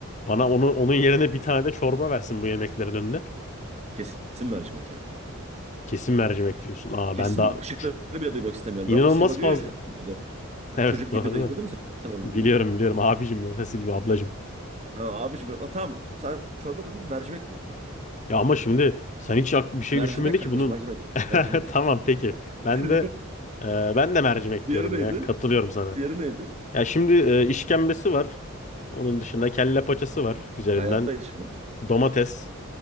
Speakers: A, on the left; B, on the right.
A: bana onu onun yerine bir tane de çorba versin bu yemeklerin önüne.
B: Kesin mercimek ya.
A: Kesin mercimek diyorsun. Aa
B: Kesin
A: ben daha
B: mi?
A: üç-
B: Şıkları bile duymak istemiyorum.
A: inanılmaz
B: Rafa Silva diyor
A: fazla.
B: ya çocuk
A: <laughs>
B: videoda.
A: Evet
B: Çocuk
A: doğru.
B: videoda izledin mi sen o videoyu?
A: Biliyorum biliyorum abicim Rafa Silva ablacım.
B: Ha, abiciğim ha, tamam sen çorba dedin mercimek diyorum ben.
A: Ya ama şimdi sen hiç ak- bir şey
B: Mercimek
A: düşünmedi ki
B: kardeş
A: bunun.
B: mercimek.
A: <laughs>
B: Mercimek.
A: Tamam peki. Ben
B: <laughs>
A: de e, ben de mercimek
B: Diğeri
A: diyorum
B: neydi?
A: ya. Katılıyorum sana.
B: Diğeri neydi?
A: Ya şimdi e, işkembesi var. Onun dışında kelle paçası var güzelinden.
B: Hayatta içmem.
A: Domates,